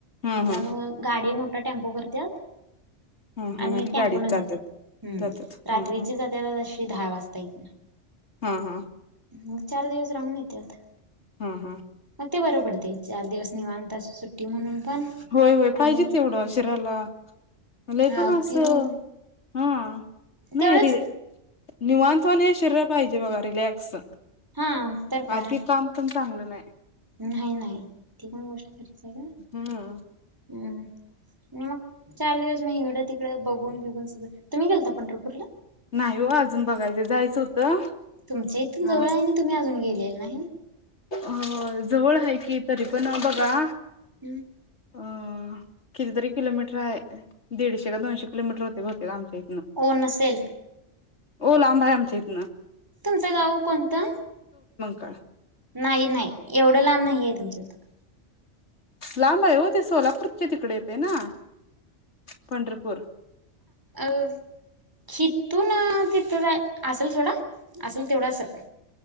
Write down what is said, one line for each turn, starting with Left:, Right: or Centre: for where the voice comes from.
Left: हा
Right: त्यामुळ
Left: हा
Right: गाडी मोठा टेम्पो करत्यात.
Left: हा हा
Right: आणि टेम्पो
Left: गाडीन
Right: न
Left: जात्यात.
Right: जातात हम्
Left: जातात
Right: रात्रीचे
Left: हं हं
Right: जात्यात दहा वाजता ईथन.
Left: हा, हा.
Right: मग चार दिवस राहून येत्यात.
Left: हं हं
Right: मग ते बरं पडतेय चार दिवस निवांत असं सुट सुट्टी म्हणून पण,
Left: होय होय पाहिजे
Right: आणि
Left: ते तेवढं शरीराला. लय
Right: हा
Left: पण अस,
Right: फिरून
Left: हम! नाही
Right: तेवढंच
Left: री निवांतवाणी शरीराला पाहिजे बघा रिलॅक्स,
Right: हा तर काय.
Left: अति काम पण चांगलं नाही.
Right: नाही नाही ती पण गोष्ट खरीच, आहे का
Left: हम्म!
Right: हम्म मग चार दिवस मग इडं तिकडं बघून बिघून सगळं तुम्ही गेलता पंढरपूरला?
Left: नाही हो अजून बघायचं जायचं होतं.
Right: तुमच्या इथून जवळ
Left: हां
Right: आहे आणि तुम्ही अजून गे गेला नाही.
Left: अ जवळ आहे की तरीपण बघा,
Right: हम्म.
Left: ह? कितीतरी किलोमीटर आहे. दीडशे का दोनशे किलोमीटर होते बहुतेक आमच्या
Right: ओ नसेल.
Left: हो लांब आहे, आमच्या इथनं.
Right: तुमचं गाव कोणतं?
Left: का
Right: नाही नाही एवढं लांब नाहीय तुमच्यातून
Left: लांब आहे हो ते सोलापूरचे तिकडे येते ना. पंढरपूर
Right: अं शीत तो ना <unintelligible> असेल <unintelligible> असेल तेवढं असेल.